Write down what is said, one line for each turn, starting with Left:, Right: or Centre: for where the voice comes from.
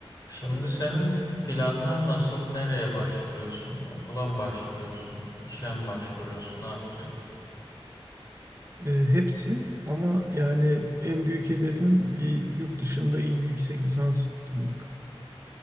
Left: Şimdi senin planlar nasıl? Nereye başvuruyorsun? Okula mı başvuruyorsun? İşe mi başvuruyorsun? Ne yapacaksın?
Right: E, hepsi ama yani en büyük hedefim bir yurt dışında iyi bir yüksek lisans tutturmak.